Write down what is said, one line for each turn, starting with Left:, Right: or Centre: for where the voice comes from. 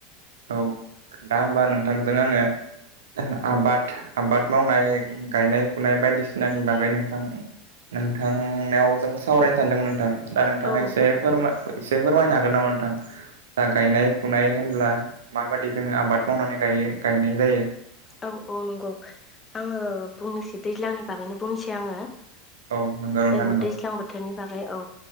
Right: औ दा होमबा नोंथांजों आंङो आबाद आबाद मावनाय गायनाय फुनाय बायदिसिनानि बागै नोंथां नोंथांनाव जों सावरायनो सानदोंमोन नोंथां दा नोंथांङा
Left: औ
Right: एसे फोरमाय एसे फोरमायनो हागोन नामा नोंथां दा गायनाय फुनाय होनब्ला माबायदि जोंङो आबाद मावनानै गायो गायनाय जायो
Left: औ औ नंगौ आंङो बुंनोसै दैज्लांनि बागैनो बुंनोसै आंङो
Right: औ नंगौ नोंथां
Left: औ
Right: नंगौ
Left: दैज्लां बोथोरनि बागै औ